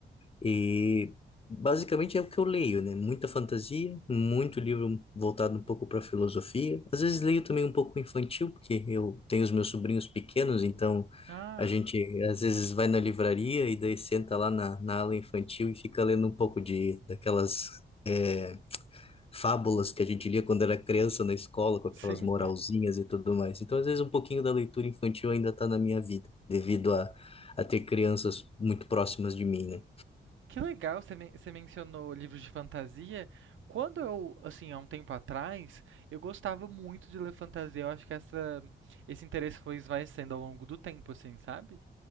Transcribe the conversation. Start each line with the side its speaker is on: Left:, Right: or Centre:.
Left: E basicamente é o que eu leio, né? Muita fantasia, muito livro voltado um pouco para filosofia. Às vezes leio também um pouco infantil, porque eu tenho os meus sobrinhos pequenos, então
Right: Ah,
Left: a gente às vezes vai na livraria e daí senta lá na, na ala infantil e fica lendo um pouco de daquelas é, fábulas que a gente lia quando era criança na escola, com aquelas
Right: sim.
Left: moralzinhas e tudo mais. Então, às vezes, um pouquinho da leitura infantil ainda está na minha vida, devido a, a ter crianças muito próximas de mim, né?
Right: Que legal, você men- você mencionou livros de fantasia. Quando eu, assim, há um tempo atrás, eu gostava muito de ler fantasia. Eu acho que essa, esse interesse foi esvaecendo ao longo do tempo, assim, sabe?